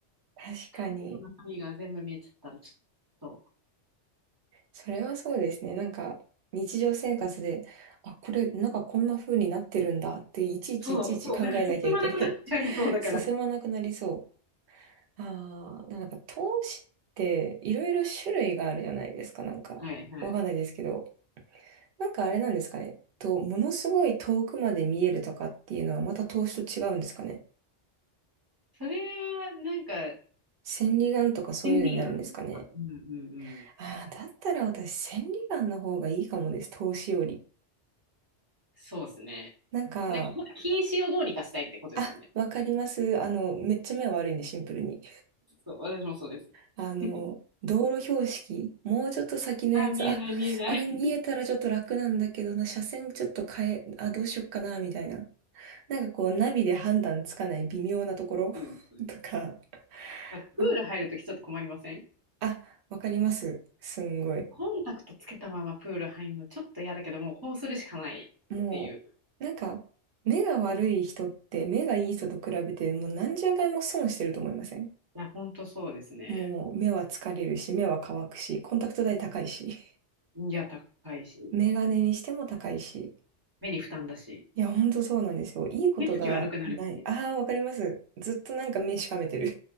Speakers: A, on the right (about 60°); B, on the right (about 20°).
A: 確かに。
B: 機械の中身が全部見えちゃったらちょっと、
A: それはそうですね。なんか、日常生活で、あ、これ、なんかこんな風になってるんだって、いちいちいちいち考えなきゃいけない。
B: そう、そう、なんか進まなくなっちゃいそうだから。
A: <laughs> 進まなくなりそう。ああ、なんか投資っていろいろ種類があるじゃないですか。なんか、
B: はい、はい。
A: わかんないですけど。なんかあれなんですかね。と、ものすごい遠くまで見えるとかっていうのはまた投資と違うんですかね。
B: それはなんか、
A: 千里眼とかそういうのになるんですかね。
B: 便利なのか。うん、うん、うん。
A: ああ、だったら私千里眼の方がいいかもです。投資より。
B: そうですね。
A: なんか、
B: なんか、禁止をどうにかしたいってことですもんね。
A: あ、わかります。あの、めっちゃ目悪いんで、シンプルに。
B: そう、私もそうです。
A: あの、
B: <laughs>
A: 道路標識、もうちょっと先のやつ、
B: あー、見えない、
A: あ、
B: 見えない。
A: あれ見えたらちょっと楽なんだけどな、車線ちょっと変え、あ、どうしよっかな、みたいな。なんかこう、ナビで判断つかない微妙なところ
B: そうですそうです
A: <laughs> とか、
B: あとプール入るときちょっと困りません
A: あ、あ、わかります。すんごい。
B: コンタクトつけたままプール入るのちょっと嫌だけど、もうこうするしかないっていう。
A: もう、なんか、目が悪い人って、目がいい人と比べて、もう何十倍も損してると思いません
B: いや、ほんとそうですね。
A: もう、目は疲れるし、目は乾くし、コンタクト代高いし。
B: いや、高いし、
A: メガネにしても高いし。
B: 目に負担だし、
A: いや、ほんとそうなんですよ。いいことがない。
B: 目つき悪くなるし。
A: ああ、わかります。ずっとなんか目しかめてる。